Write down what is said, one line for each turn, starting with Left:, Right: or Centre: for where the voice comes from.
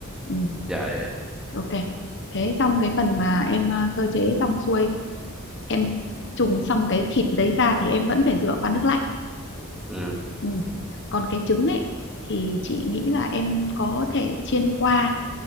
Left: ừ.
Centre: dạ dạ dạ.
Left: ok thế xong cái phần mà em à, sơ chế xong xuôi em trùng xong cái thịt đấy ra thì em vẫn phải rửa qua nước lạnh
Centre: ừ,
Left: ừ. còn cái trứng ấy thì chị nghĩ là em có thể chiên qua